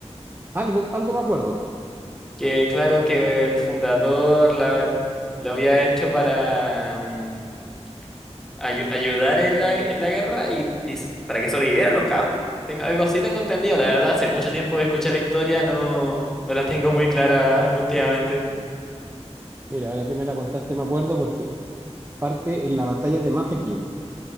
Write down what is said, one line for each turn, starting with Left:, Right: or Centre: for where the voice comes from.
Right: algo, algo me acuerdo.
Centre: Que claro que el fundador la, lo había hecho para mm, ayu- ayudar en la, en la guerra y, y s- para que sobrevivieran los cabros. Tengo, algo así tengo entendido. La verdad, hace mucho tiempo que escuché la historia, no, no la tengo muy clara últimamente.
Right: Mira, ahora que me la contaste, me acuerdo porque parte en la batalla de Mafeking,